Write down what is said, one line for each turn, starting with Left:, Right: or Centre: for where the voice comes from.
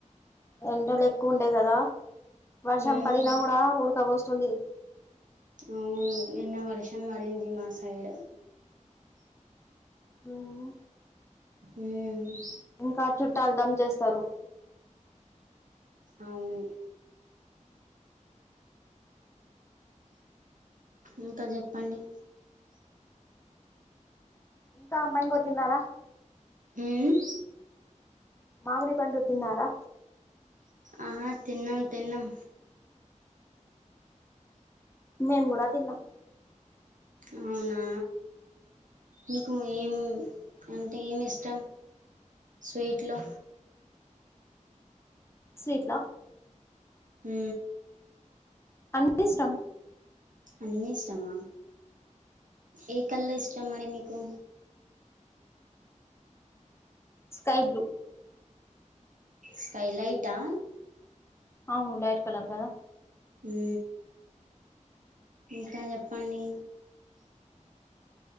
Left: ఎండలు ఎక్కువ ఉండేయి కదా వర్షం
Right: మ్మ్
Left: పడినా కూడా ఉడకబోస్తుంది.
Right: అవును నిన్న వర్షం పడింది మా సైడ్.
Left: అవునా.
Right: ఉమ్.
Left: ఇంకా చుట్టాలు దమ్ చేస్తారు.
Right: అవును. ఇంకా చెప్పండి.
Left: ఇంకా మ్యాంగోస్ తిన్నారా.
Right: ఉమ్.
Left: మామిడిపండు తిన్నారా
Right: ఆహా తిన్నం తిన్నం
Left: మేము కూడా తిన్నాం
Right: అవునా మీకూ ఏం అంటే ఏమి ఇష్టం స్వీట్లు
Left: స్వీట్ లా
Right: ఉ
Left: అన్ని ఇష్టం
Right: అన్నీ ఇష్టమా ఏ కలర్ ఇష్టం మరి మీకు
Left: స్కై బ్లూ
Right: స్కైలైట్ ఆ
Left: అవును లైట్ కలర్ కదా
Right: ఉ ఇంకా చెప్పండి